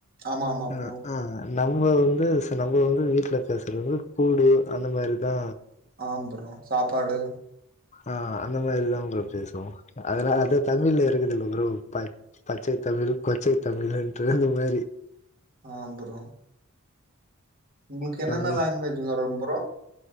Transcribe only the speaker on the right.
ஆமா ஆமா
ப்ரோ
ஆம் ப்ரோ சாப்பாடு
ஆ
ஆம் ப்ரோ உங்களுக்கு என்னென்ன
லாங்குவேஜ்ங்க ரொம்ப <unintelligible>